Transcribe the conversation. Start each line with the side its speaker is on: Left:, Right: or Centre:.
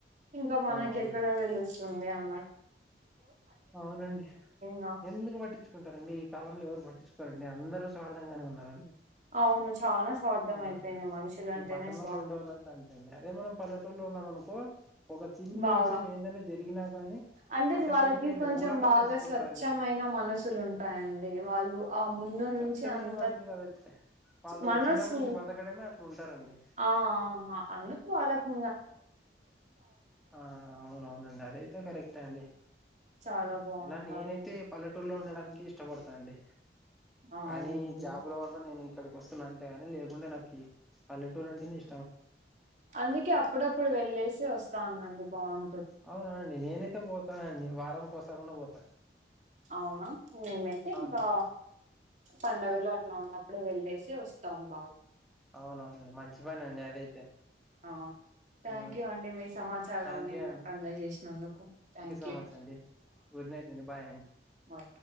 Right: ఇంకా మనకి
Centre: అవునవును
Right: ఎక్కడ తెలుస్తుంది అన్నా
Centre: అవునండి
Right: గా
Centre: ఎందుకు పట్టించుకుంటారండి ఈ కాలంలో ఎవరు పట్టించుకోవాలండి అందరు సార్ దంగానే ఉన్నారండి
Right: అవును చాలా స్వార్థం
Centre: ఆ
Right: అయిపోయింది మనుషులు అంటేనే
Centre: ఈ పట్టణంలో
Right: స్వా
Centre: ఉండేవాళ్ళంతా అంతే అండి అదే మనం పల్లెటూరులో ఉన్నాం అనుకో ఒక చిన్న
Right: బాగా
Centre: విషయం ఏందైనా జరిగినా కానీ
Right: అంటే
Centre: పక్కన
Right: వాళ్ళకి
Centre: ఇంటికైంది
Right: కొంచెం
Centre: ఊరంతా
Right: బాగా
Centre: తెలిసిపోతదండి
Right: స్వచ్ఛమైన మనసులు ఉంటాయండి వాళ్ళు ఆ ముందు నుంచి
Centre: స్వచ్ఛమైన
Right: అంత
Centre: మనుషులు కదండి వాళ్ళు
Right: మనసు
Centre: చిన్నప్పటి నుంచి బతకడమే అట్లా ఉంటారండి
Right: ఆ ఆ అందుకు వాళ్ళకు
Centre: ఆ అవునవును ఇంగ అదైతే కరెక్టే అండి
Right: చాలా బాగుంటారు
Centre: ఐనా నేనైతే పల్లెటూరులో ఉండడానికి ఇష్ ఇష్టపడతాండి
Right: అవునండి
Centre: కానీ జాబుల వల్ల నేను ఇక్కడ వస్తున్నా అంతేగాని లేకుండా నాకి పల్లెటూరు అంటేనే ఇష్
Right: అందుకే అప్పుడప్పుడు వెళ్ళేసి వస్తా ఉందండి బాగుం
Centre: అవునానండి నేనైతే పోతాన అండి వారానికి కోసారన్నా పోతా
Right: అవునా మేమైతే
Centre: అవునవును
Right: ఇంకా పండగలు అట్లా ఉన్నప్ అప్పుడు వెళ్లేేసి వస్తాం బాగా
Centre: అవునవునండి మంచి పని అండి అదైతే
Right: అ థ్యాంక్
Centre: ఆ
Right: యూ అండి మీ సమాచారాన్ని
Centre: థ్యాంక్ యూ
Right: నాకు
Centre: అండి
Right: అందజేసినందుకు థ్యాంక్
Centre: సో
Right: యూ
Centre: మచ్ అండి గుడ్ నైట్ అండి బాయ్
Right: బై